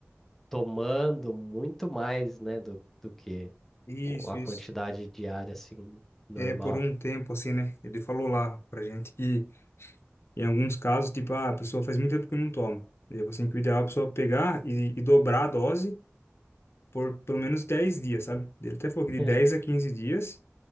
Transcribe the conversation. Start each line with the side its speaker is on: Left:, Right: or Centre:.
Centre: tomando muito mais, né, do, do que
Left: Isso,
Centre: o- a
Left: isso.
Centre: quantidade diária, assim, normal.
Left: É por um tempo assim, né? Ele falou lá pra gente que em alguns casos, tipo, ah, a pessoa faz muito tempo que não toma. E aí você tem que o ideal é a pessoa pegar e, e dobrar a dose por pelo menos 10 dias, sabe? Ele até falou
Centre: <laughs>
Left: que de 10 a 15 dias,